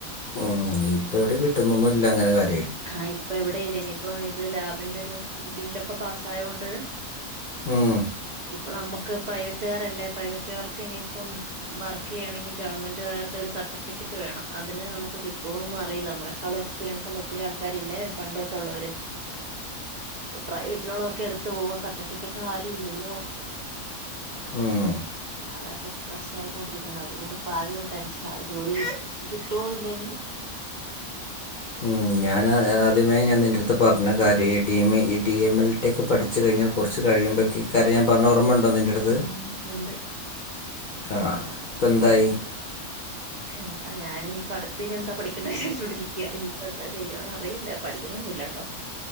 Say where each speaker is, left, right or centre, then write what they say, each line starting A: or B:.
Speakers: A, on the left; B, on the right.
A: ഉം ഇപ്പ എവിടെ കിട്ടുന്നൊന്നും ഇല്ല അങ്ങനെ കാര്യ
B: ആ ഇപ്പൊ എവിടെ അടയില്ലേ ഇനിയിപ്പ ഇത് ലാബിന്റെ ഒരു ബില്ലൊക്കെ പാസ് ആയൊണ്ട്
A: ഉം
B: ഇപ്പം നമുക്ക് പ്രൈവറ്റുകാരല്ലേ പ്രൈവറ്റുകാർക്ക് ഇനിയിപ്പം വർക്ക് ചെയ്യണെങ്കിൽ ഗവൺമെൻറ്കാരുടെ ഒരു സർട്ടിഫിക്കറ്റ് വേണം. അതിന് നമുക്ക് കിട്ടുമോന്നും അറിയില്ല നമ്മളെക്കാളും എക്സ്പീരിയൻസ് ഉള്ള ഒത്തിരി ആൾക്കാർ ക്കാരില്ലേ പണ്ടോട്ട് ട്ടൊള്ളവര് പ്രൈവ <unintelligible> എടുത്ത പോവ സർട്ടിഫിക്കറ്റിന് വാല്യൂ ഇല്ലല്ലോ
A: ഉം
B: അതാ ഇപ്പം പ്രശ്ന ആയിക്കൊണ്ടിരിക്കുന്ന അതുകൊണ്ടിപ്പം ആകെ ഒരു ടെൻഷന ജോലി കിട്ടുവോ ഇല്ലനി
A: ഉം ഞാൻ ആദ്യം അന്നേ ഞാൻ നിന്റെടുത്തു പറഞ്ഞ കാര്യമായിട്ട ടീമ ഇഡ് ഡി എം എൽ ടിക്ക് പഠിച്ചു കഴിഞ്ഞാൽ കുറച്ച് കഴിയ്പേക്ക് ഈ കാര്യം ഞാൻ പറഞ്ഞ ഓർമുണ്ടോ നിന്റെ അടുത്ത്
B: ഉം ഉണ്ട്
A: ആ ഇപ്പം എന്തായി
B: എന്താ ഞാൻ ഇനിയിപ്പം അടുത്ത് ഇനി എന്താ പഠിക്കേണ്ട ചോദിച്ചോണ്ടിരിക്കുക. ഇനിയിപ്പ എന്താ ചെയ്യാന്ന് അറിയില്ല പഠിക്കുന്നൊന്നും. ഇല്ലട്ടോ